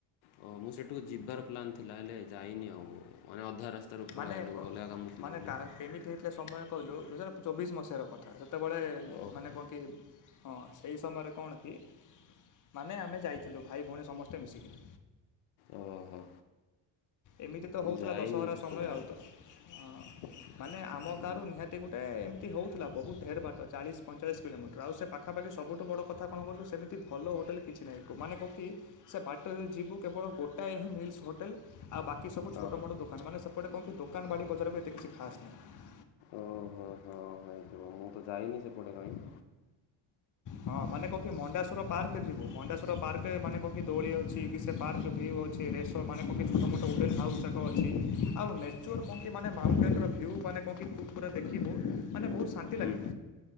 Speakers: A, on the left (about 75°); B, on the left (about 40°).
A: ଓହୋ ମୁଁ ସେଠୁକୁ ଯିବାର ପ୍ଲାନ୍ ଥିଲା ହେଲେ ଯାଇନି ଆଉ ମାନେ ଅଧା ରାସ୍ତା ପଳେଇଆଇଲୁ
B: ମାନେ
A: ଗୋଟେ ଅଲଗା କାମ ଥିଲା
B: ମାନେ
A: ବୋଲି।
B: କେମିତି ହେଇଥିଲା ସମୟ କହିଲୁ ଦୁଇ ହଜାର ଚବିଶି ମସିହାର କଥା ସେତେବେଳେ
A: ଓହୋ
B: ମାନେ କଣ କି ହଁ। ସେଇ ସମୟରେ କଣ କି ମାନେ ଆମେ ଯାଇଥିଲୁ ଭାଇ ଭଉଣୀ ସମସ୍ତେ ମିଶିକିରି।
A: ଓହୋ
B: ଏମିତି ତ ହେଉଥିଲା
A: ଯାଇନି
B: ଦଶହରା
A: ସେପଟେ
B: ସମୟ ଆଉ
A: ଆଉ।
B: ତ ହଁ। ମାନେ ଆମ
A: ହୁଁ।
B: ଗାଁ ରୁ ନିହାତି ଗୋଟେ ଏମିତି ହଉଥିଲା ବହୁତ୍ ଢେରେ ବାଟ ଚାଳିଶି ପଇଁଚାଳିଶି କିଲୋମିଟର ଆଉ ସେ ପା ପାଖାପାଖି ସବୁଠୁ ବଡ଼ କଥା କଣ କଇଲୁ ସେମିତି ଭଲ ହୋଟେଲ୍ କିଛି ନାହିଁ ମାନେ କଣ କି ସେ ବାଟରେ ଯିବୁ କେବଳ ଗୋଟା ହିଁ ମିଲ୍ ସ ଆଉ ବାକି ସବୁ ଛୋଟ
A: ଅ
B: ମୋଟ ଦୋକାନ ମାନେ ସେପଟେ କଣକି ଦୋକାନ ବାଡ଼ି ବଜାର ବି ଏତେ କିଛି ଖାସ୍ ନାଇ।
A: ଓହୋ ହଁ ହେଇଥିବ ମୁଁ ତ ଯାଇନି ସେପଟେ ଭାଇ।
B: ହଁ ମାନେ କଣକି ମଣ୍ଡାଶୁର ପାର୍କ ଯିବୁ ମଣ୍ଡାଶଶୁର ପାର୍କରେ ମାନେ କଣକି ଦୋଳି ଅଛି କି ସେ ପାର୍କରେ ଭିଉ ଅଛି ରେଷ୍ଟ ତ ମାନେ କଣକିି ଛୋଟ ମୋଟ ଉଡ଼େନ ହାଉସ୍ ଯାକ ଅଛି ଆଉ ନେଚର୍ କଁ କି ମାନେ ମାଉଣ୍ଟେନର ଭ୍ୟୁ ମାନେ କଁ କି ପୁରା ଦେଖିବୁ ମାନେ ବହୁତ ଶାନ୍ତି ଲାଗିବ
A: ହୁଁ